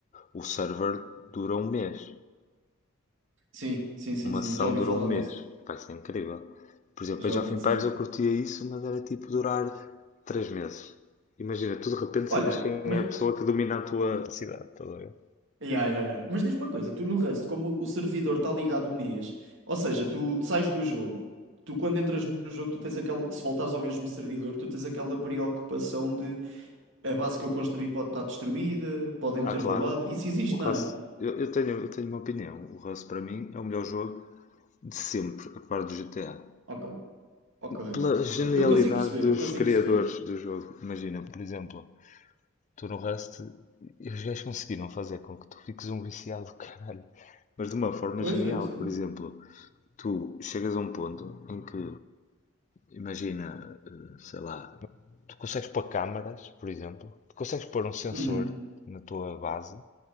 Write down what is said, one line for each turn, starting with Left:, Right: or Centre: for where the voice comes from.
Left: o server dura um mês.
Right: sim, sim, sim,
Left: Uma
Right: sim.
Left: sessão
Right: Já ouvi
Left: durou
Right: falar
Left: um mês.
Right: disso.
Left: Vai ser incrível. Por exemplo,
Right: Já
Left: a Jovem
Right: ouvi dizer.
Left: Pairs eu curtia isso, mas era tipo durar três meses. Imagina, tu de repente
Right: Olha,
Left: sabes quem
Right: mas
Left: é a pessoa que domina a tua cidade, estás a ver?
Right: Yeah, yeah, yeah. Mas diz-me uma coisa, tu no Rust, como o servidor está ligado um mês, ou seja, tu sais do jogo, tu quando entras no jogo, tu tens aquela, se voltares ao mesmo servidor, tu tens aquela preocupação de a base que eu construí pode estar destruída, podem-me
Left: Ah,
Right: ter
Left: claro.
Right: roubado. Isso existe,
Left: O Rust,
Right: não é?
Left: eu, eu tenho, eu tenho uma opinião. O Rust para mim é o melhor jogo de sempre, a par do GTA.
Right: Ok, ok,
Left: Pela genialidade
Right: ok. Eu consigo perceber,
Left: dos
Right: eu consigo
Left: criadores
Right: perceber.
Left: do jogo. Imagina, por exemplo, tu no Rust, e os gajos conseguiram fazer com que tu fiques um viciado do caralho. Mas de uma forma
Right: Pois,
Left: genial,
Right: sim, sim.
Left: por exemplo. tu chegas a um ponto em que, imagina, eh, sei lá, Tu consegues pôr câmaras, por exemplo. Tu consegues pôr um sensor
Right: Uhum.
Left: na tua base